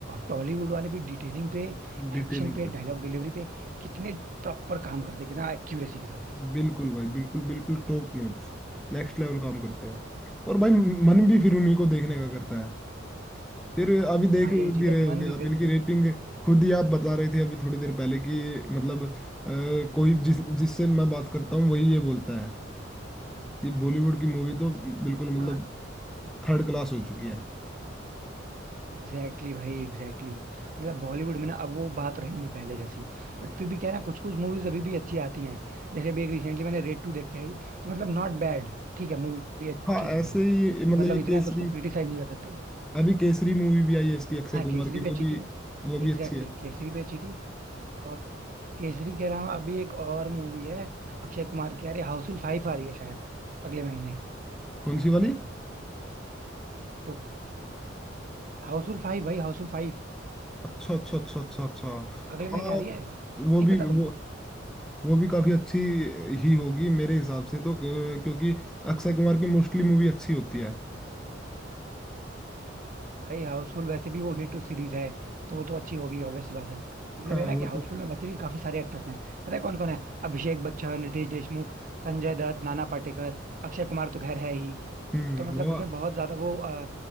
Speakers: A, on the right; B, in the centre.
A: टॉलीवुड वाले भी डिटेलिंग पे
B: डिटेलिंग
A: एक्शन पे
B: पे
A: डायलॉग डिलीवरी पे कितने प्रॉपर काम करते कितना एक्यूरेसी के साथ
B: बिल्कुल भाई बिल्कुल बिल्कुल टॉप नॉच नेक्स्ट लेवल काम करते हैं और भाई मन भी फिर उन्हीं को देखने का करता है फिर अभी देख
A: हाँ यही चीज
B: भी रहे
A: है कि मन
B: होगे
A: भी
B: आप
A: फिर
B: इनकी
A: उनको
B: रेटिंग
A: देंगे
B: खुद ही आप बता रहे थे अभी थोड़ी देर पहले कि मतलब अ, कोई जिस जिससे मैं बात करता हूँ वही ये बोलता है कि बॉलीवुड की मूवी तो बिल्कुल
A: हाँ
B: मतलब थर्ड क्लास हो चुकी है
A: एग्जैक्टली exactly भाई एग्जैक्टली exactly. मतलब बॉलीवुड में ना अब वो बात रही नहीं पहले जैसी बट फिर भी क्या है ना कुछ कुछ मूवीज अभी भी अच्छी आती हैं जैसे अभी एक रिसेंटली मैंने रेड टू देख के आई तो मतलब नॉट बैड ठीक है मूवी अच्छी
B: हाँ
A: थी
B: ऐसे
A: भाई
B: ही मतलब
A: मतलब
B: ये केसरी
A: इतना कि उसको क्रिटिसाइज नहीं कर सकते
B: अभी केसरी मूवी भी आई है इसकी अक्षय
A: हाँ
B: कुमार
A: केसरी
B: की
A: भी
B: वो
A: अच्छी
B: भी
A: थी
B: वो
A: एग्जैक्टली
B: भी अच्छी है
A: exactly, केसरी भी अच्छी थी और केसरी के अलावा अभी एक और मूवी है अक्षय कुमार की यार हाउसफुल फाइव आ रही है शायद अगले महीने
B: कौन सी वाली
A: तो हाउसफुल फाइव भाई हाउसफुल फाइव
B: अच्छा अच्छा अच्छा अच्छा अच्छा
A: अगले
B: हाँ
A: महीने आ रही है नहीं
B: वो भी
A: पता तुमको
B: वो वो भी काफी अच्छी ही होगी मेरे हिसाब से तो क्योंकि अक्षय कुमार की मोस्टली मूवी अच्छी होती है
A: भाई हाउसफुल वैसे भी वो हिट सीरीज है तो वो तो अच्छी होगी ऑब्वियस सी बात है मतलब
B: हाँ
A: ये ना
B: वो
A: कि हाउसफुल
B: तो
A: में वैसे भी काफी सारे एक्टर्स हैं पता है कौन कौन है अभिषेक बच्चन रितेश देशमुख संजय दत्त नाना पाटेकर अक्षय कुमार तो खैर है ही
B: हम्म
A: तो मतलब
B: वो
A: उसमें बहुत ज्यादा वो अ,